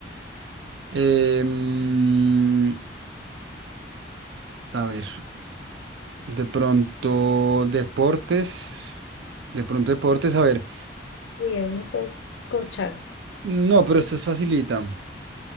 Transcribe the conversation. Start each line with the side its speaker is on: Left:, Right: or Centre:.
Right: Em, a ver, de pronto deportes, de pronto deportes, a ver,
Left: Uy, ahí me puedes corchar.
Right: no, pero esta es facilita,